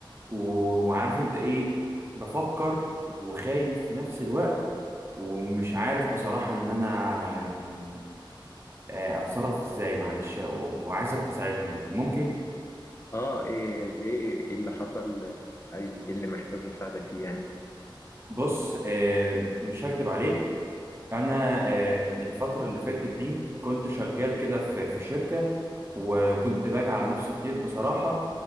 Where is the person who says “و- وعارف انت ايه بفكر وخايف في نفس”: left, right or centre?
Right